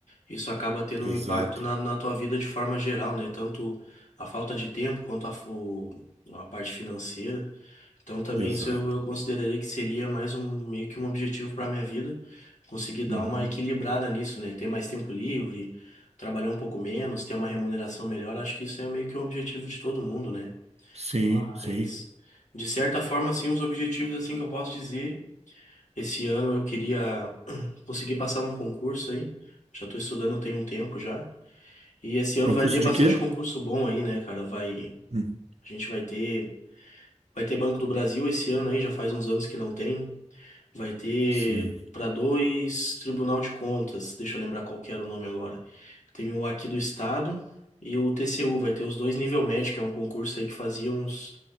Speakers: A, on the left; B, on the right.
A: Isso acaba tendo
B: exato,
A: um impacto na, na tua vida de forma geral, né? Tanto a falta de tempo quanto a, fo- a parte financeira. Então também
B: exato.
A: isso eu, eu consideraria que seria mais um meio que um objetivo para minha vida, conseguir dar
B: Uhum.
A: uma equilibrada nisso, né? Ter mais tempo livre, trabalhar um pouco menos, ter uma remuneração melhor, acho que isso é meio que um objetivo de todo mundo, né?
B: Sim,
A: Mas
B: sim.
A: de certa forma, assim, os objetivos assim que eu posso dizer, esse ano eu queria <clears throat> conseguir passar num concurso aí. Já estou estudando tem um tempo já. E esse ano
B: Concurso
A: vai ter
B: de
A: bastante
B: quê?
A: concurso bom aí, né, cara? Vai,
B: Hum,
A: a gente vai ter, vai ter Banco do Brasil esse ano aí, já faz uns anos que não tem. Vai ter
B: Sim,
A: para dois Tribunal de Contas, deixa eu lembrar qual que era o nome agora. Tem o aqui do Estado e o TCU, vai ter os dois nível médio, que é um concurso aí que fazia uns,